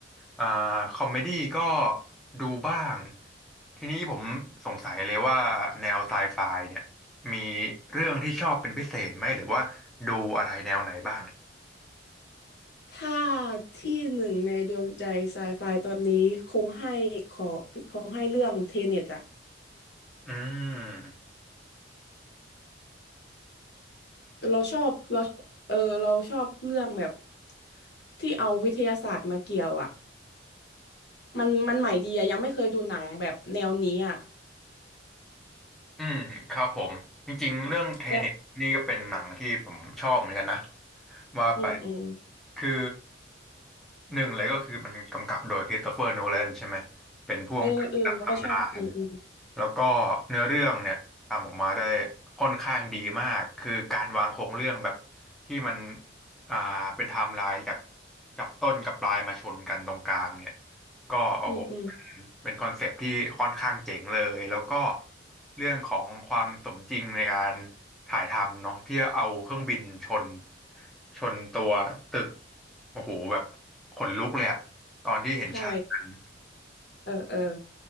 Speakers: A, in the centre; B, on the left.
A: อ่าคอมเมดี้ก็ดูบ้างทีนี้ผมสงสัยเลยว่าแนวไซไฟเนี่ยมีเรื่องที่ชอบเป็นพิเศษไหมหรือว่าดูอะไรแนวไหนบ้าง
B: ถ้าที่หนึ่งในดวงใจไซไฟตอนนี้คงให้ขอคงให้เรื่องเทเน็ตอะ
A: อืม
B: เราชอบเราเออเราชอบเรื่องแบบที่เอาวิทยาศาสตร์มาเกี่ยวอะมันมันใหม่ดีอะยังไม่เคยดูหนังแบบแนวนี้อะ
A: อืมครับผมจริงๆเรื่องเทเน็ตนี่ก็เป็นหนังที่ผมชอบเหมือนกันนะ
B: แต่
A: ว่าไป
B: อืมอืม
A: คือหนึ่งเลยก็คือมันกำกับโดยคริสโตเฟอร์โนแลนใช่ไหมเป็นผู้กำกับระดับตำนาน
B: เออเออเราก็ชอบอืมอืม
A: แล้วก็เนื้อเรื่องเนี่ยทำออกมาได้ค่อนข้างดีมากคือการวางโครงเรื่องแบบที่มันอ่าเป็นไทม์ไลน์จากจับต้นกับปลายมาชนกันตรงกลางเนี่ยก็โอ้โห
B: อืมอืม
A: เป็นคอนเซปต์ที่ค่อนข้างเจ๋งเลยแล้วก็เรื่องของความสมจริงในการถ่ายทำเนาะที่เอาเครื่องบินชนชนตัวตึกโอ้โหแบบขนลุกเลยอะตอนที่เห็นฉากนั้น
B: ใช่ เออ เออ